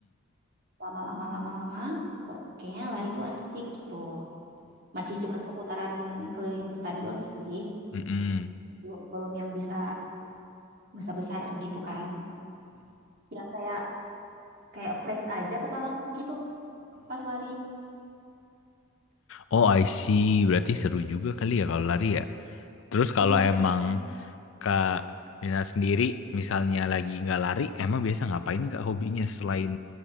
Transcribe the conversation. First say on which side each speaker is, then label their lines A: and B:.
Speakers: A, on the right; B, on the left.
A: Lama-lama-lama-lama, kok kayaknya lari tuh asik gitu. Masih cuma seputaran keliling stadion sih.
B: うんうん、うん、うん、うんhmm.
A: Belum, belum yang bisa besar-besar gitu kan. Ya kayak kayak fresh aja kepalaku gitu pas lari.
B: Oh, I
A: Oh.
B: see. Berarti seru juga kali ya kalau lari ya. Terus kalau
A: Iya.
B: emang Kak Nina sendiri misalnya lagi nggak lari, emang biasa ngapain Kak hobinya selain